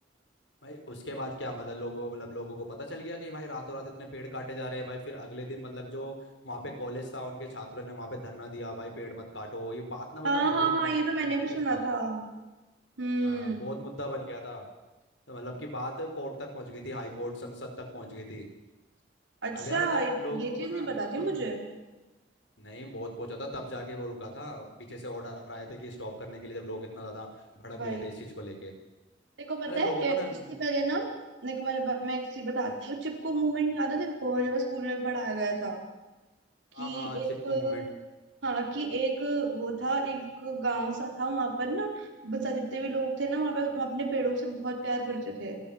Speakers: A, on the left (about 85°); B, on the right (about 85°).
A: भाई उसके बाद क्या मतलब लोगों मतलब लोगों को पता चल गया कि भाई रातों रात इतने पेड़ काटे जा रहे हैं भाई फिर अगले दिन मतलब जो वहाँ पे कॉलेज था उनके छात्रों ने वहाँ पे धरना दिया भाई पेड़ मत काटो ये बात ना मतलब
B: हाँ
A: बहुत
B: हाँ हाँ
A: मुद्दा
B: ये तो मैंने
A: बन गया
B: भी सुना
A: था इसका
B: था हम्म
A: हाँ बहुत मुद्दा बन गया था तो मतलब कि बात कोर्ट तक पहुंच गई थी हाई कोर्ट संसद तक पहुंच गई थी
B: अच्छा
A: अब यार मतलब
B: ये
A: लोगों
B: चीज
A: को ना
B: नहीं बता दी
A: हम्म
B: मुझे
A: नहीं बहुत पहुंचा था तब जाके वो रुका था पीछे से ऑर्डर आए थे कि स्टॉप करने के लिए जब लोग इतना ज्यादा भड़क
B: वही
A: गए थे इस चीज को लेके
B: तेरे को पता
A: अरे लोगों
B: है
A: को
B: ए,
A: ना हम्म,
B: इससे पहले ना मेरे को मैं, मैं एक चीज बताती हूँ चिपको मूवमेंट याद है तेरे को जो मैं स्कूल में भी पढ़ाया गया था कि
A: हाँ हाँ
B: एक
A: चिपको मोमेंट
B: हाँ कि एक वो था एक गांव सा था वहां पर ना बता जितने भी लोग थे ना वहां पर वो अपने पेड़ों से बहुत प्यार करते थे